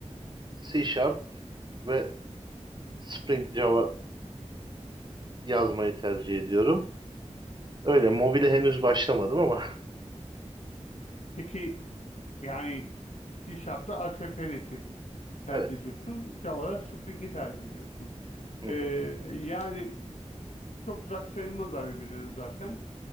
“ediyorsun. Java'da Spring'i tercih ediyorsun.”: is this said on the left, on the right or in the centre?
Left